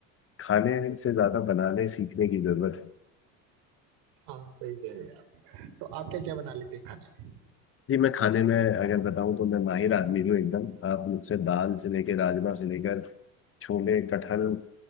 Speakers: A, on the left; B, on the right.
A: खाने से ज़्यादा बनाने सीखने की ज़रूरत है
B: हाँ सही कह रहे हैं आप तो आप क्या क्या बना लेते हैं खाने में?
A: जी मैं खाने में अगर बताऊं तो मैं माहिर आदमी हूँ एकदम आप मुझसे दाल से लेकर राजमा से लेकर छोले कटहल अ,